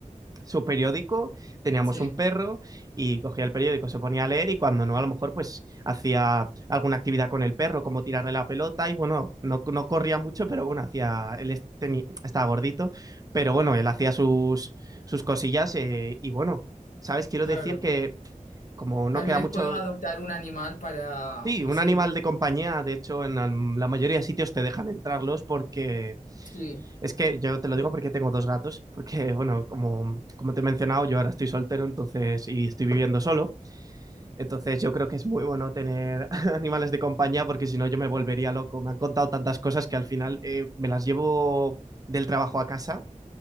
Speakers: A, on the right (about 25°); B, on the left (about 75°).
A: su periódico, teníamos
B: Sí,
A: un perro y cogía el periódico, se ponía a leer y cuando no, a lo mejor pues hacía alguna actividad con el perro, como tirarle la pelota y bueno, no, no corría mucho, pero bueno, hacía, él tenía, estaba gordito, pero bueno, él hacía sus, sus cosillas eh, y bueno, ¿sabes? Quiero
B: claro.
A: decir que como no
B: Tal
A: queda
B: vez
A: mucho...
B: puedo adoptar un animal para,
A: Sí,
B: no
A: un
B: sé,
A: animal
B: yo creo.
A: de compañía, de hecho, en la la mayoría de sitios te dejan entrarlos porque
B: Sí,
A: es que yo te lo
B: pod-
A: digo porque tengo dos gatos, porque bueno, como, como te he mencionado, yo ahora estoy soltero, entonces, y estoy viviendo solo, entonces yo creo que es muy bueno tener <laughs> animales de compañía porque si no yo me volvería loco. Me han contado tantas cosas que al final eh, me las llevo del trabajo a casa,